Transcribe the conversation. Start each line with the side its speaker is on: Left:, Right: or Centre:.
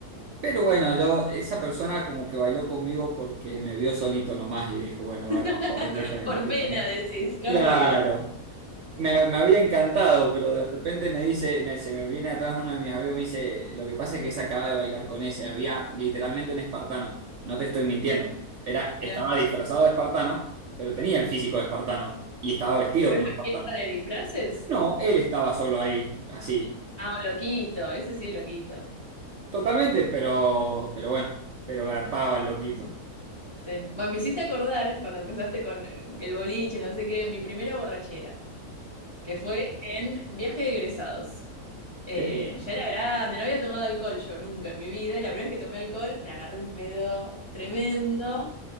Right: Pero bueno, yo, esa persona como que bailó conmigo porque me vio solito nomás y dijo, bueno,
Left: <laughs>
Right: va, vamos a bailar con esta
Left: Por
Right: persona.
Left: pena decís, ¿no?
Right: Claro.
Left: Porque,
Right: Me, me había encantado, pero de repente me dice, me- se me viene atrás uno de mis amigos, me dice, lo que pasa es que esa acaba de bailar con ese, había literalmente un espartano, no te estoy mintiendo, era,
Left: mirá,
Right: estaba disfrazado de espartano, pero tenía el físico de espartano y estaba vestido
Left: pero es
Right: como
Left: una
Right: espartano.
Left: fiesta de disfraces.
Right: No, él estaba solo ahí, así,
Left: Ah, un loquito, ese sí es loquito.
Right: totalmente, pero, pero bueno, pero garpaba el loquito.
Left: Sí. Bueno, me hiciste acordar cuando empezaste con eh, el boliche, no sé qué, mi primera borrachera. que fue en viaje de egresados. Eh,
Right: Qué lindo,
Left: ya era grande, no había tomado alcohol yo nunca en mi vida, y la primera vez que tomé alcohol me agarré un pedo tremendo.